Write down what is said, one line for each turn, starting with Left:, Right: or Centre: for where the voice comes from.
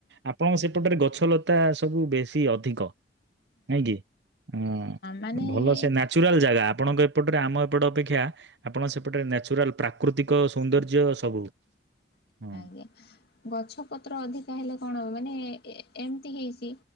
Right: ଆପଣଙ୍କ ସେପଟରେ ଗଛ ଲତା ସବୁ ବେଶୀ ଅଧିକ ନାଇଁ କିି! ଅଁ
Left: ମାନେ
Right: ଭଲ ସେ ନା ଚୁରାଲ ଜାଗା ଆପଣଙ୍କ ଏପଟରେ ଆମ ଏପଟ ଅପେକ୍ଷା ଆପଣ ସେପଟରେନେଚୁରାଲ୍ ପ୍ରା କୃତିକ ସୌନ୍ଦର୍ଯ୍ୟ ସବୁ ହଁ।
Left: <inaudible> ଗଛ ପତ୍ର ଅଧିକା ହେଲେ କଣ ହବ ମାନେ ଏ ଏମିତି ହେଇଛି